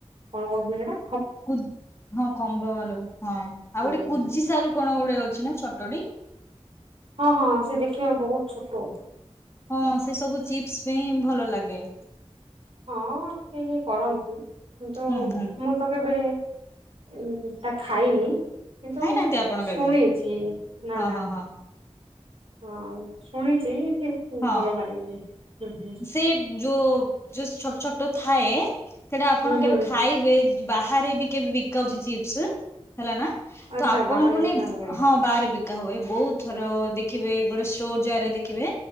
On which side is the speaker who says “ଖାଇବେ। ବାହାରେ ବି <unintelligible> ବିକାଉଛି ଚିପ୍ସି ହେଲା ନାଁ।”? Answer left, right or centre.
Left